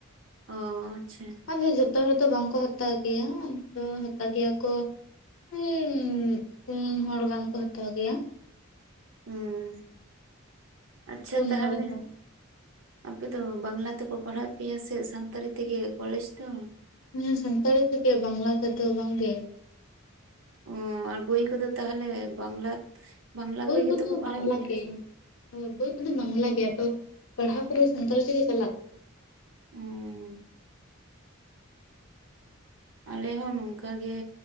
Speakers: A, on the right; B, on the left.
A: ᱚ ᱟᱪᱪᱷᱟ,
B: ᱟᱫᱚ ᱡᱷᱚᱛᱚ ᱦᱚᱲ ᱫᱚ ᱵᱟᱝ ᱠᱚ ᱦᱟᱛᱟᱣ ᱜᱮᱭᱟ ᱩᱱᱠᱩ ᱫᱚ ᱦᱟᱛᱟᱣ ᱜᱮᱭᱟ ᱠᱚ, ᱩᱱ ᱯᱩᱱ ᱦᱚᱲ ᱜᱟᱱ ᱠᱚ ᱦᱟᱛᱟᱣ ᱜᱮᱭᱟ ᱾
A: ᱦᱩᱸ ᱟᱪᱪᱷᱟ
B: ᱯᱩᱱ
A: ᱛᱟᱦᱚᱞᱮ,
B: ᱢᱚᱬᱮ ᱦᱚᱲ
A: ᱟᱯᱮ ᱫᱚ ᱵᱟᱝᱞᱟ ᱛᱮᱠᱚ ᱯᱟᱲᱦᱟᱣᱮᱫ ᱯᱮᱭᱟ ᱥᱮ ᱥᱟᱱᱛᱟᱲᱤ ᱛᱮᱜᱮ ᱠᱚᱞᱮᱡᱽ ᱫᱚ?
B: ᱱᱤᱭᱟᱹ ᱥᱟᱱᱛᱟᱲᱤ ᱛᱮᱜᱮ ᱵᱟᱝᱞᱟ ᱛᱮᱫᱚ ᱵᱟᱝ ᱜᱮ ᱾
A: ᱚ ᱟᱨ ᱵᱳᱭ ᱠᱚᱫᱚ ᱛᱟᱦᱚᱞᱮ ᱵᱟᱝᱞᱟ ᱵᱟᱝᱞᱟ ᱵᱳᱭ ᱜᱮᱛᱚ
B: ᱠᱚᱫᱚ
A: ᱠᱚ ᱯᱟᱲᱦᱟᱣᱮᱫ
B: ᱵᱟᱝᱞᱟ
A: ᱯᱮᱭᱟ,
B: ᱜᱮ ᱦᱳᱭ ᱵᱳᱭ ᱠᱚᱫᱚ ᱵᱟᱝᱞᱟ ᱜᱮ ᱛᱚ ᱯᱟᱲᱦᱟᱣ ᱠᱚᱫᱚ ᱥᱟᱱᱛᱟᱲᱤ ᱛᱮᱜᱮ ᱪᱟᱞᱟᱜ ᱠᱟ
A: ᱦᱩᱸ ᱟᱞᱮ ᱦᱚᱸ ᱱᱚᱝᱠᱟ ᱜᱮ